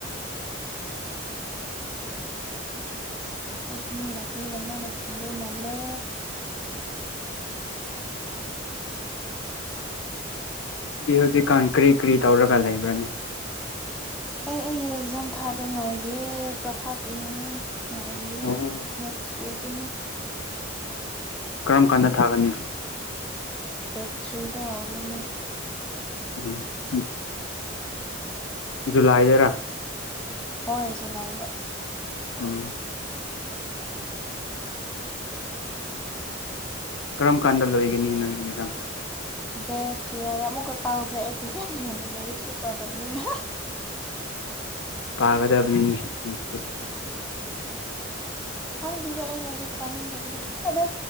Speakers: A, in the centre; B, on the left.
A: ꯑꯩꯒꯤ ꯃꯤ ꯂꯥꯛꯄꯅꯤꯅ ꯃꯥꯅ ꯊꯣꯡꯗꯣꯏ ꯃꯥꯜꯂꯦ
B: ꯗꯤ ꯍꯧꯖꯤꯛꯀꯥꯟ ꯀꯔꯤ ꯀꯔꯤ ꯇꯧꯔꯒ ꯂꯩꯕ꯭ꯔꯅꯦ
A: ꯑꯦ ꯑꯩꯒꯤ ꯑꯦꯛꯖꯥꯝ ꯊꯥꯗꯨꯏ ꯉꯥꯏꯔꯤ ꯄ꯭ꯔꯈꯥ ꯄꯤꯅꯤꯡꯉꯦ ꯉꯥꯏꯔꯤꯌꯦ
B: ꯑꯣ
A: ꯅꯦꯛꯁ ꯋꯤꯛꯗꯅꯦ
B: ꯀꯔꯝ ꯀꯥꯟꯗ ꯊꯥꯒꯅꯤ
A: ꯗꯦꯠ ꯊ꯭ꯔꯤꯗ ꯍꯧꯗꯨꯏꯅꯦ
B: ꯎꯝ ꯖꯨꯂꯥꯏꯗꯔ
A: ꯍꯣꯏ ꯖꯨꯅꯥꯏꯗ
B: ꯎꯝ ꯀꯔꯝ ꯀꯥꯟꯗ ꯂꯣꯏꯒꯅꯤ ꯅꯣꯏꯒꯤ ꯏꯛꯖꯥꯝꯗꯣ
A: ꯗꯦꯠ ꯀꯤꯌꯥꯔ ꯑꯃꯨꯛꯀ ꯀꯥꯎꯈ꯭ꯔꯦ ꯑꯩ ꯐꯖꯅ ꯌꯦꯡꯗꯦ ꯂꯥꯏꯔꯤꯛꯁꯨ ꯄꯥꯗꯕꯅꯤꯅ
B: ꯄꯥꯒꯗꯕꯅꯤꯅꯦ ꯅꯨꯏꯇꯤ
A: ꯈꯪꯗꯨꯗ ꯑꯩ ꯂꯥꯏꯔꯤꯛ ꯄꯥꯅꯤꯡꯗꯕꯗ ꯑꯗꯨ